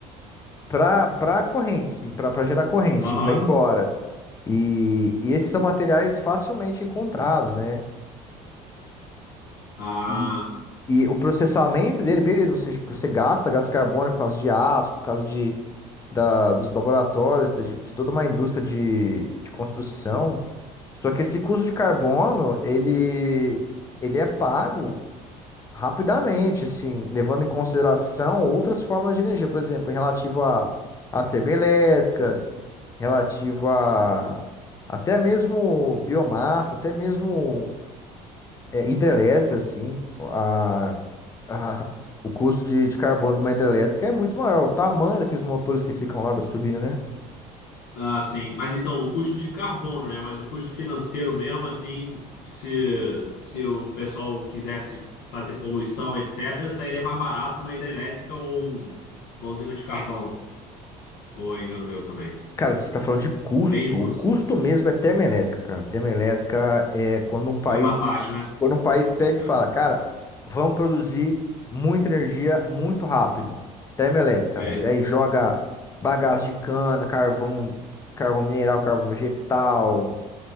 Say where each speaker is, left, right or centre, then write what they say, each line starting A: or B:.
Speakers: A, on the left (about 20°); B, on the left (about 80°).
A: para para corrente, sim, para gerar corrente,
B: aham.
A: para ir embora. E, e esses são materiais facilmente encontrados, né?
B: Ah.
A: E, e o processamento dele, beleza, você, você gasta gás carbônico por causa de aço, por causa de, da, dos laboratórios, da- de, de toda uma indústria de, de construção. Só que esse custo de carbono, ele, ele é pago, Rapidamente, assim, levando em consideração outras formas de energia, por exemplo, em relativo a, a termoelétricas, relativo a até mesmo biomassa, até mesmo é, hidrelétrica, assim, a, a- o custo de, de carbono de uma hidrelétrica é muito maior, o tamanho daqueles motores que ficam lá das turbinas, né?
B: Ah, sim. Mas então, o custo de carbono, né? Mas o custo financeiro mesmo, assim, se, se o pessoal quisesse fazer poluição, etc., sairia mais barato uma hidrelétrica ou um- uma usina de carvão. Ou é engano meu também.
A: Cara, você está falando de custo.
B: Mesmo com...
A: O custo mesmo é termoelétrica, cara. Termoelétrica é quando um país,
B: É mais baixo, né?
A: quando um país pega e
B: É.
A: fala, cara, vamos produzir muita energia muito rápido. Termoelétrica.
B: Aí é
A: E aí joga bagaço de cana, carvão, carvão mineral, carvão vegetal,